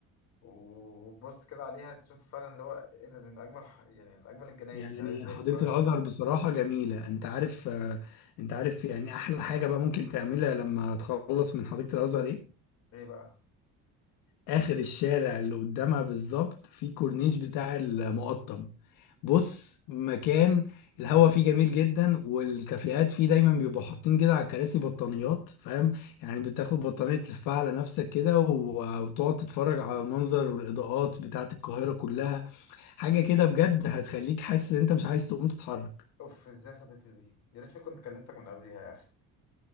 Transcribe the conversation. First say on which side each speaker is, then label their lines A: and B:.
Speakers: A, on the left; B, on the left.
A: وبص كده عليها تشوف فعلا اللي هو إيه ده، دي من أجمل ح- يعني من أجمل الجناين
B: يعني
A: اللي هي إزاي
B: حديقه
A: في القاهرة
B: الازهر بصراحه جميله انت عارف آه، انت عارف يعني احلى حاجه بقى ممكن تعملها لما تخلص من حديقه الازهر ايه
A: إيه بقى
B: اخر الشارع اللي قدامها بالظبط في كورنيش بتاع المقطم بص مكان الهوا فيه جميل جدا والكافيهات فيه دايما بيبقوا حاطين كده على الكراسي بطانيات فاهم يعني بتاخد بطانية تلفها على نفسك كده و- وتقعد تتفرج على المنظر والإضاءات بتاعة القاهرة كلها حاجة كده بجد هتخليك حاسس ان انت مش عايز تقوم تتحرك
A: أوف إزاي فاتتني دي يا ريتني كنت كلمتك من قبليها يا أخي